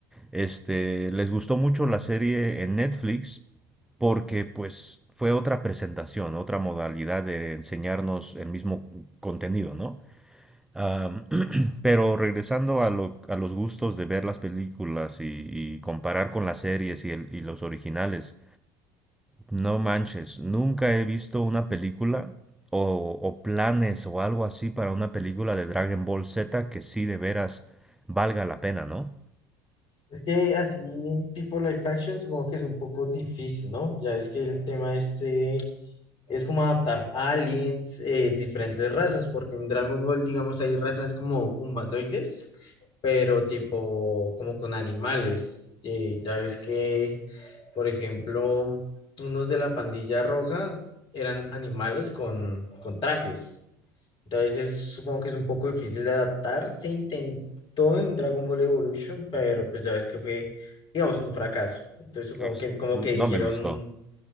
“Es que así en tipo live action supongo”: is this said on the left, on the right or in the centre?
Left